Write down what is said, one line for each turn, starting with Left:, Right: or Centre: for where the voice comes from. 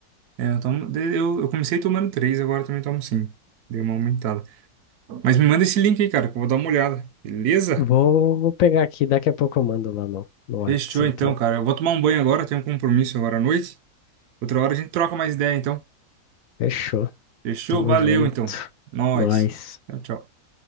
Right: É, eu tomo, de- eu, eu comecei tomando três agora também tomo cinco Deu uma aumentada. Mas me manda esse link aí, cara, que eu vou dar uma olhada. Beleza?
Left: Vou, vou pegar aqui, daqui a pouco eu mando lá no, no Whats,
Right: Fechou
Left: então.
Right: então, cara. Eu vou tomar um banho agora, eu tenho um compromisso agora à noite. Outra hora a gente troca mais ideia, então.
Left: Fechou.
Right: Fechou?
Left: Tamo
Right: Valeu,
Left: junto.
Right: então. Nós.
Left: Nós.
Right: Tchau, tchau.